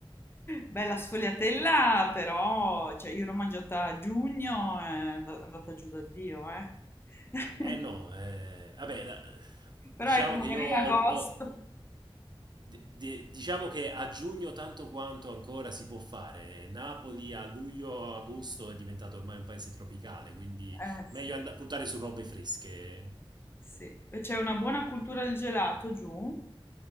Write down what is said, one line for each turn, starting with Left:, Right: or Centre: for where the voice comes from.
Left: Bella <laughs> sfogliatella, però cioè, io l'ho mangiata a giugno, è and- andata giù da Dio, eh. <laughs>
Right: Eh no, eh, vabbè, la- diciamo
Left: Però ecco, magari
Right: che io ho,
Left: in agosto.
Right: ho- di- di- diciamo che a giugno tanto quanto ancora si può fare. Napoli a luglio, agosto è diventato ormai un paese tropicale, quindi
Left: Eh, sì,
Right: meglio and- puntare su robe fresche.
Left: sì. E C'è una buona cultura del gelato giù?